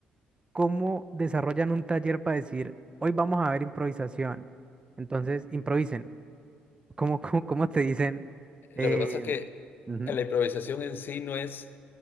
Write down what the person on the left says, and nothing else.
Lo que pasa es que
la improvisación en sí no es